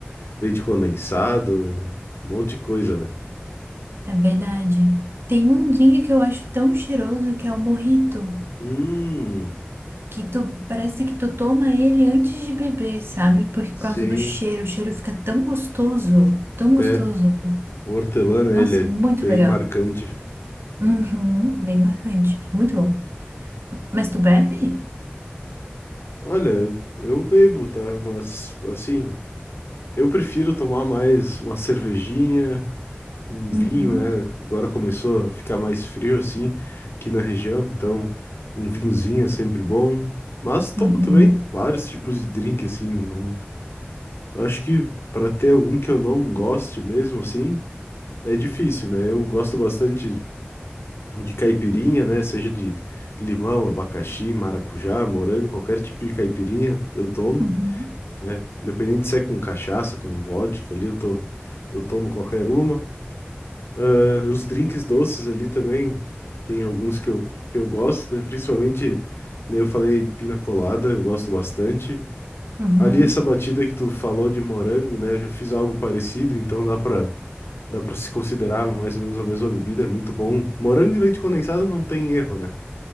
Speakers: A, on the left; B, on the right.
A: leite condensado, um monte de coisa, né?
B: É verdade. Tem um drink que eu acho tão cheiroso que é o mojito.
A: Hum,
B: que tu parece que tu toma ele antes de beber, sabe? Por
A: sim,
B: causa do cheiro, o cheiro fica tão gostoso, tão gostoso.
A: é. O hortelã, né,
B: Nossa,
A: ele
B: muito
A: é bem
B: legal.
A: marcante.
B: Uhum, bem marcante, muito bom. Mas tu bebe?
A: Olha, eu, eu bebo, tá? Mas, assim, eu prefiro tomar mais uma cervejinha, um
B: Uhum,
A: vinho, né? Agora começou a ficar mais frio, assim, aqui na região, então um vinhozinho é sempre bom. Mas tomo
B: uhum,
A: também vários tipos de drink, assim. Não... Eu acho que para ter algum que eu não goste mesmo, assim. É difícil, né? Eu gosto bastante de caipirinha, né? Seja de limão, abacaxi, maracujá, morango, qualquer tipo de caipirinha eu tomo,
B: uhum,
A: né? Independente se é com cachaça, com vodka ali, eu tô, eu tomo qualquer uma. Ah, os drinks doces ali também, tem alguns que eu, que eu gosto, né? Principalmente, né, eu falei pina colada, eu gosto bastante.
B: uhum.
A: Ali essa batida que tu falou de morango, né? Eu já fiz algo parecido, então dá pra Dá pra se considerar mais ou menos a mesma bebida, é muito bom. Morango e leite condensado não tem erro, né?